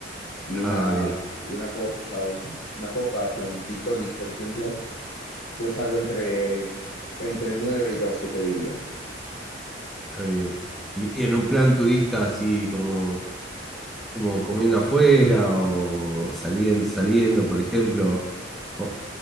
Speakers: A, on the left (about 80°); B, in the centre.
A: Y
B: Ah,
A: una,
B: bien,
A: una copa, o sea, un- una copa, plan gin tonic, por ejemplo, pues algo entre, entre 9 y 12, te diría.
B: está bien. Y, y en un plan turista así como como comiendo afuera o, saliendo, saliendo, por ejemplo. O,